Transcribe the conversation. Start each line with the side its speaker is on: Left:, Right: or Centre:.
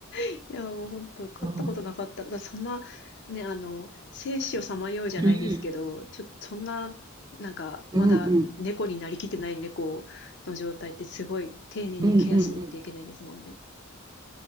Left: いや、もう本当、勝ったことなかったら、
Right: そう
Left: だってそんな、ね、あの、生死をさまようじゃないですけど、
Right: うん。
Left: ちょ、そんな、なんか、まだ猫になりきってない猫の状態ってすごい丁寧にケアしないといけないですもんね。
Right: うんうん。うんうんうん。